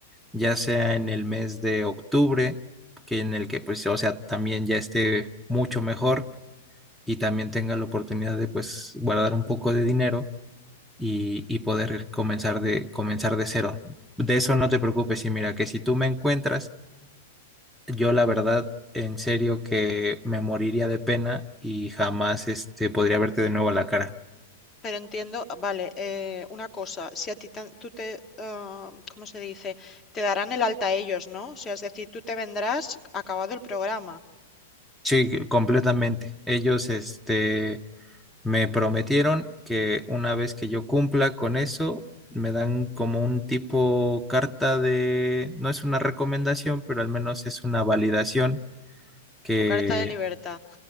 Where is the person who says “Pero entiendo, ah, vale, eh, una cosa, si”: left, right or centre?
Left